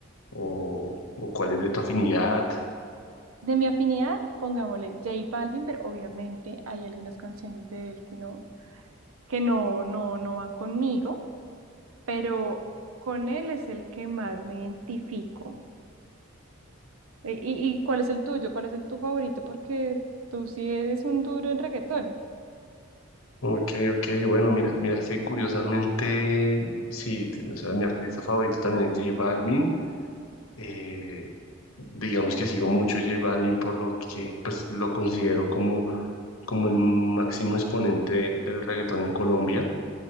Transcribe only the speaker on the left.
o, o cuál es de tu afinidad.
Ok, ok, bueno, mira, mira que curiosamente, sí, t- o sea, mi artista favorito también es J Balvin. Eh, digamos que sigo mucho J Balvin por lo que pues, lo considero como, como el máximo exponente del reggaetón en Colombia.